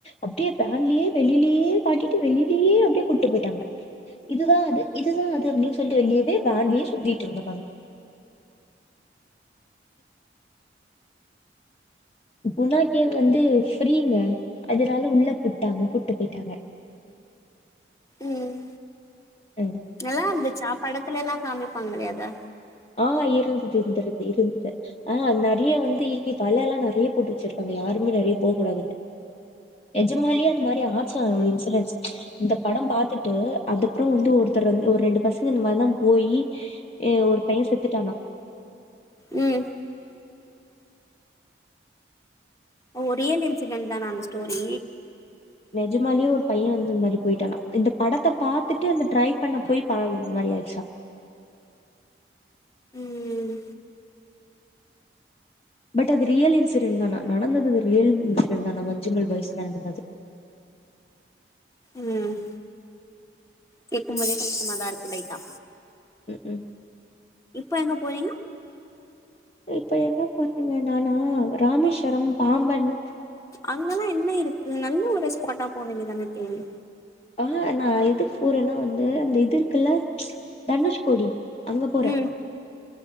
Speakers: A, on the left (about 35°); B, on the left (about 15°).
A: அப்டியே வேன்லயே வெளிலயே காட்டிட்டு வெளிலயே அப்டியே கூட்டு போயிட்டாங்க இதுதா அது இதுதா அது அப்டின் சொல்லிட்டு வெளியவே வேன்லயே சுத்திட்டு இருந்துருகாங்க குணா கேவ் வந்து ஃப்ரீங்க அதனால உள்ள கூப்ட்டாங்க கூப்ட்டு போய்ட்டாங்க
B: ம்
A: உம்
B: நல்லா இருந்துச்சா படத்துலல்லா காமிப்பாங்கலே அதா
A: ஆ இருந்துது இருந்து இருந்துது ஆ நெறய வந்துஇங்கி வலல்லாம் நெறய போட்டு வச்சிருக்காங்க யாருமே நெறய போக்கூடாதுன்னு நெஜமாலியே அந்த மாரி ஆச்சா இன்சூரன்ஸ் இந்த படம் பாத்துட் அதுப்பறம் வந்து ஒருத்தர் ஒரு ரெண்டு பசங்க இந்த மாதிரிதா போயி ஏ ஒரு பையன் செத்துட்டானா
B: ம் ஓ ரியல் இன்சிடென்ட் தானா அந்த ஸ்டோரி
A: நெஜமாலியே ஒரு பையன் வந்து இந்த மாரி போய்ட்டானா இந்த படத்தை பாத்துட்டு அந்த ட்ரை பண்ண போய் பாவம் இந்த மாரி ஆய்டுச்சா
B: ம்
A: பட் அது ரியல் இன்சிடென்ட் தானா நடந்தது அது ரியல் இன்சிடென்ட் தானா மஞ்சமல் பாய்ஸ்ல நடந்தது
B: ம் கேக்கு போதே கஷ்டமாதா இருக்கு லைட்டா
A: ம்க்கு
B: இப்ப எங்க போறீங்க
A: இப்ப என்ன பண்ணுவே நானு ராமேஸ்வரம் பாம்பன்
B: அங்கல்ல என்ன இருக்கு நல்ல ஒரு ஸ்பாட்டா போக வேண்டியதான தோழி
A: ஆ நான் எதுக்கு போறன்னா வந்து அந்த இது இருக்குல்ல தனுஷ்கோடி அங்க போற
B: ம்